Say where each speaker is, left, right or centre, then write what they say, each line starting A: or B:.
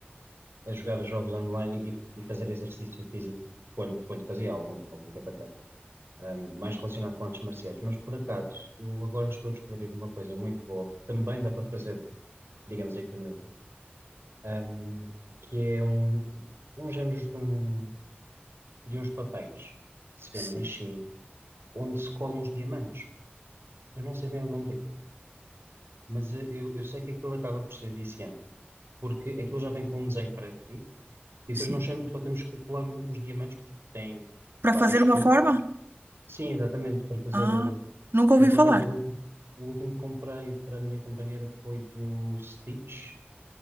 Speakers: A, on the right; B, on the right.
A: é, é jogar jogos online e, e fazer exercício físico quando, quando fazia algum, algum tempo atrás. Hum, mais relacionado com artes marciais. Mas, por acaso, eu agora estou a descobrir uma coisa muito boa que também dá para fazer, digamos, em família, hum, que é um, um género de, um- de uns papéis que se
B: Sim.
A: vende na China, onde se colam os diamantes. Eu não sei bem o nome daquilo, mas eh, eu, eu sei que aquilo acaba por ser viciante, porque aquilo já vem com um desenho pré-definido e
B: Sim.
A: depois nós sem- só temos que colar o- os diamantes, porque tem
B: Para
A: várias
B: fazer uma
A: cores.
B: forma?
A: Sim, exatamente, para fazer.
B: Ah,
A: eh,
B: nunca ouvi
A: Eu, por
B: falar.
A: acaso, o último, o último que comprei para a minha companheira foi do Stitch,